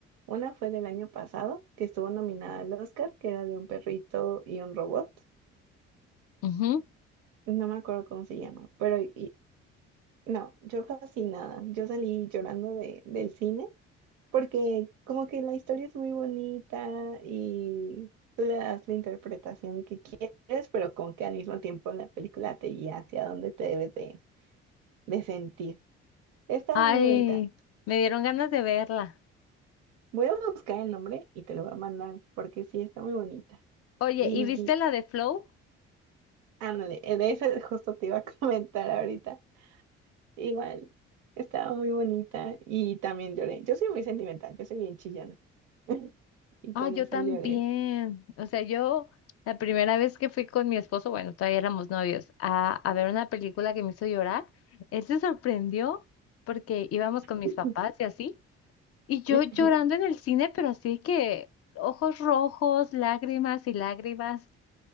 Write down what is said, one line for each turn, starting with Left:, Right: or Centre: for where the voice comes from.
Right: Una fue del año pasado, que estuvo nominada al Oscar, que era de un perrito y un robot.
Left: Ujú.
Right: No me acuerdo cómo se llama, pero y, no, yo fascinada. Yo salí llorando de, del cine porque como que la historia es muy bonita y tú le das la interpretación que quieres, pero como que al mismo tiempo la película te guía hacia dónde te debes de de sentir. Estaba
Left: Ay,
Right: muy bonita.
Left: me dieron ganas de verla.
Right: Voy a buscar el nombre y te lo voy a mandar porque sí, está muy bonita.
Left: Oye,
Right: Y
Left: ¿y viste la de Flow?
Right: ándale, de esa justo te iba a <laughs> comentar ahorita. Igual, estaba muy bonita y también lloré. Yo soy muy sentimental, yo soy bien chillona. <laughs> Y
Left: Ah,
Right: con
Left: yo
Right: esa
Left: también.
Right: lloré.
Left: O sea, yo la primera vez que fui con mi esposo, bueno, todavía éramos novios, a, a ver una película que me hizo llorar, él se sorprendió porque íbamos con mis
Right: <laughs>
Left: papás y así, y yo
Right: Ujú,
Left: llorando en el cine, pero así que ojos rojos, lágrimas y lágrimas.